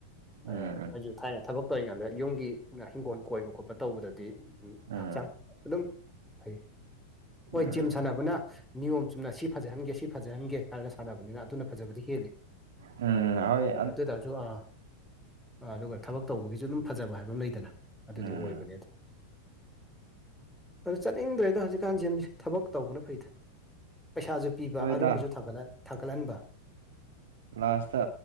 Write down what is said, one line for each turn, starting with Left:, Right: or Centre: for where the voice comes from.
Right: ꯎꯝ
Centre: ꯑ ꯑꯩ ꯊꯥꯏꯅ ꯊꯕꯛ ꯇꯧꯔꯤꯀꯥꯟꯗ ꯌꯨꯝꯒꯤ ꯍꯤꯡꯒꯣꯜ ꯀꯣꯏꯕ ꯈꯣꯠꯄ ꯇꯧꯕꯗꯗꯤ ꯎ
Right: ꯎꯝ
Centre: ꯍꯛꯆꯥꯡ ꯑꯗꯨꯝ ꯐꯩ
Right: ꯎꯝ
Centre: ꯍꯣꯏ ꯖꯤꯝ ꯁꯥꯟꯅꯕꯅ ꯅꯤꯌꯣꯝ ꯆꯨꯝꯅ ꯁꯤ ꯐꯖꯍꯟꯒꯦ ꯁꯤ ꯐꯖꯍꯟꯒꯦ ꯍꯥꯏꯔꯅ ꯁꯥꯟꯅꯕꯅꯤꯅ ꯑꯗꯨꯅ ꯐꯖꯕꯗꯤ ꯍꯦꯜꯂꯤ
Right: ꯎꯝ ꯍꯦ
Centre: ꯑꯗꯨ ꯑꯣꯏꯇꯥꯔꯁꯨ ꯑꯥ ꯑꯥ ꯑꯗꯨꯒ ꯊꯕꯛ ꯇꯧꯕꯒꯤꯁꯨ ꯑꯗꯨꯝ ꯐꯖꯕ ꯍꯥꯏꯕ ꯑꯃ ꯂꯩꯗꯅ ꯑꯗꯨꯗꯤ
Right: ꯎꯝ
Centre: ꯑꯣꯏꯕꯅꯤ ꯑꯗꯨ ꯑꯗꯣ ꯆꯠꯅꯤꯡꯗ꯭ꯔꯦꯗ ꯍꯧꯖꯤꯛꯀꯥꯟꯁ ꯊꯕꯛ ꯇꯧꯕꯅ ꯐꯩꯗ ꯄꯩꯁꯥꯁꯨ ꯄꯤꯕ
Right: ꯍꯣꯏꯗ
Centre: ꯑꯔꯨꯝꯕꯁꯨ ꯊꯥꯡꯠ ꯊꯥꯡꯒꯠꯍꯟꯕ
Right: ꯂꯥꯁꯇ